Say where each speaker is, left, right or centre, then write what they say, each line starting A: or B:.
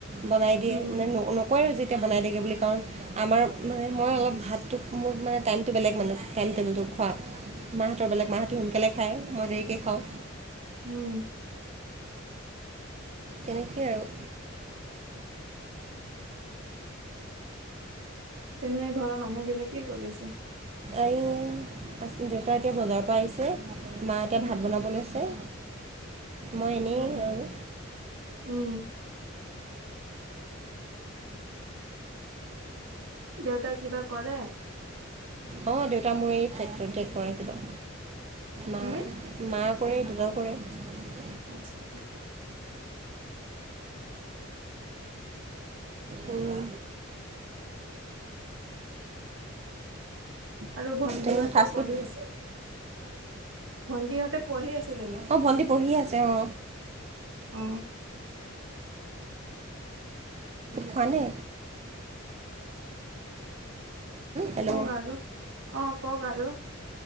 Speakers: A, on the right (about 30°); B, on the right (about 75°).
A: বনাই দিয়ে
B: উম
A: মানে ন নকয় আৰু <unintelligible> তেতিয়া বনাই দেগে বুলি কাৰণ আমাৰ মানে মই অলপ ভাতটো মোৰ মানে টাইমটো বেলেগ মানে টাইম টেবুলটো খোৱা মাহঁতৰ বেলেগ মাহঁতি সোনকালে খায় মই দেৰিকৈ খাওঁ
B: উম
A: তেনেকে আৰু
B: তেনে ঘৰৰ মানুহ বিলাকে কি কৰি আছে
A: দেউতা এতিয়া বজাৰৰ পৰা আহিছে মা এতিয়া
B: উম
A: ভাত বনাব লৈছে মই এনেই
B: উম
A: আৰু
B: উম দেউতা কিবা কৰে
A: অ দেউতা মোৰ এই ফ্ৰেক্টৰিটে কৰে কিবা মা
B: হম
A: মা কৰে <unintelligible> মা নকৰে <unintelligible>
B: আচ্ছা <unintelligible>
A: উম <unintelligible>
B: আৰু ভন্টিহঁতে
A: তুমি ফাষ্টফুড
B: পঢ়ি আছে? ভণ্টিহঁতে পঢ়ি আছে তেনে
A: অ ভণ্টি পঢ়ি আছে অ
B: অ
A: হয়নে হেল্ল'
B: কগ আৰু অ কগ আৰু <unintelligible>